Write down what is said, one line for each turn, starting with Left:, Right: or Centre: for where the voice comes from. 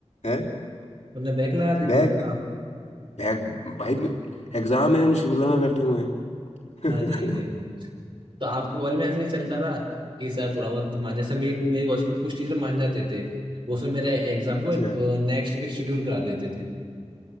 Left: है
Right: उनने बैक लगा दी
Left: बैक
Right: थी आप
Left: बैक भाई एग्जाम है हम शिमला में बैठे हुए हैं
Right: अरे रे रे।
Left: <laughs>
Right: तो आपके कॉलेज में ऐसा नहीं चलता था कि सर थोड़ा बहुत मान जैसे मेरी मेरे कॉलेज में कुछ टीचर मान जाते थे वो फिर मेरे एग्जाम
Left: अच्छा
Right: को नेक्स्ट वीक शेड्यूल करा लेते थे